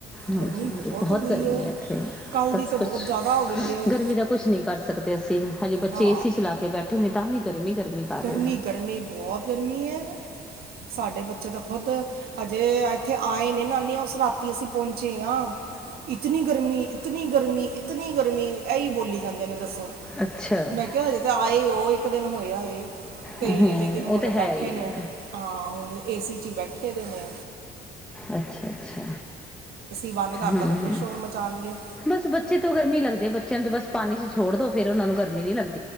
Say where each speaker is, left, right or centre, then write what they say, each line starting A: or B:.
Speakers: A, in the centre; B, on the right (about 65°).
A: ਹਾਂਜੀ
B: ਗਰਮੀ
A: ਹਾਂ ਜੀ ਬਹੁਤ
B: ਹੋ ਗਈ
A: ਗਰਮੀ ਹੈ ਇੱਥੇ
B: ਕੱਲ
A: ਬਸ
B: ਦੀ ਤੇ
A: ਕੁਛ
B: ਬਹੁਤ ਜ਼ਿਆਦਾ ਹੋ ਗਈ ਹੈ
A: ਗਰਮੀ ਦਾ ਕੁਛ ਨ ਕਰ ਦੇ ਤੇ ਹਜੇ ਬੱਚੇ
B: ਹਾਂ
A: ਏ ਸੀ ਚਲਾ ਕੇ ਬੈਠੇ ਨੇ ਤਾਂ ਵੀ ਗਰਮੀ ਗਰਮੀ ਕਰ
B: ਗਰਮੀ
A: ਰਹੇ ਨੇ
B: ਗਰਮੀ ਬਹੁਤ ਗਰਮੀ ਹੈ ਸਾਡੇ ਬੱਚੇ ਤਾਂ ਖੁਦ ਹਜੇ ਇਹ ਇੱਥੇ ਆਏ ਨੇ ਨਾਨੀ ਹਾਊਸ ਰਾਤੀ ਅਸੀਂ ਪਹੁੰਚੇ ਹਾਂ ਇਤਨੀ ਗਰਮੀ ਇਤਨੀ ਗਰਮੀ ਇਤਨੀ ਗਰਮੀ ਇਹੀ ਬੋਲੀ ਜਾਂਦੇ ਨੇ ਦੱਸ।
A: ਅੱਛਾ
B: ਮੈਂ ਕਿਹਾ ਹਜੇ ਤੇ ਆਏ ਉਹ ਇੱਕ ਦਿਨ ਹੋਇਆ। ਏ ਤੇ
A: ਹੂੰ
B: ਲੇਕਿਨ ਹੁਣ
A: ਉਹ ਤੇ ਹੈ
B: ਬੈਠੇ
A: ਹੀ
B: ਨੇ ਹਾਂ ਹੁਣ ਏਸੀ ਚ ਹੀ ਬੈਠੇ ਨੇ। ਖੇਡਣੇ
A: ਅੱਛਾ ਅੱਛਾ
B: ਬੰਦ ਕਰਤਾ
A: ਹਮ
B: ਤਾਂ ਫਿਰ
A: ਹਮ
B: ਸ਼ੋਰ ਮਚਾਣਗੇ
A: ਬਸ ਬੱਚੇ ਤੋਂ ਗਰਮੀ ਲੱਗਦੇ। ਬੱਚਿਆਂ ਨੂੰ ਤਾਂ ਬਸ ਪਾਣੀ ' ਛੋੜ ਦਿਉ ਫਿਰ ਉਹਨਾਂ ਨੂੰ ਗਰਮੀ ਨਹੀਂ ਲੱਗਦੀ।